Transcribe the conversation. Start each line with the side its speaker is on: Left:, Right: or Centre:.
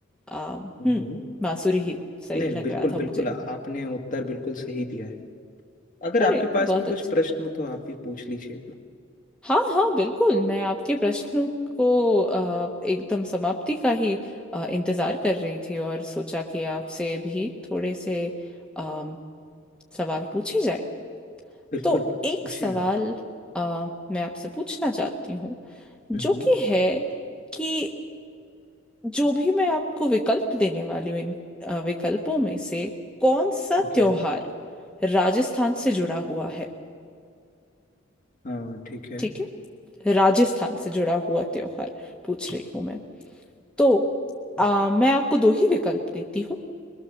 Centre: अ, हम्म
Left: हम्म
Centre: बांसुरी ही सही
Left: नहीं
Centre: लग
Left: बिल्कुल
Centre: रहा था मुझे
Left: बिल्कुल आपने उत्तर बिल्कुल सही दिया है अगर
Centre: अरे
Left: आपके पास
Centre: बहुत
Left: भी कुछ
Centre: अच्छी
Left: प्रश्न
Centre: बात
Left: हो
Centre: है
Left: तो आप भी पूछ लीजिए
Centre: हाँ हाँ बिल्कुल मैं आपके प्रश्नों को अ, एकदम समाप्ति का ही अ, इंतजार कर रही थी और सोचा कि आपसे भी थोड़े से अम, सवाल पूछे जाए
Left: बिल्कुल
Centre: तो एक
Left: पूछिए
Centre: सवाल
Left: आप
Centre: अ, मैं आपसे पूछना चाहती हूँ जो
Left: हम्म
Centre: कि है कि जो भी मैं आपको विकल्प देने वाली हूँ इन अ, विकल्पों में से कौन सा
Left: ठीक
Centre: त्योहार
Left: है
Centre: राजस्थान से जुड़ा हुआ है
Left: हाँ ठीक है
Centre: ठीक है राजस्थान से जुड़ा हुआ त्योहार पूछ रही हूँ मैं तो अ, मैं आपको दो ही विकल्प देती हूँ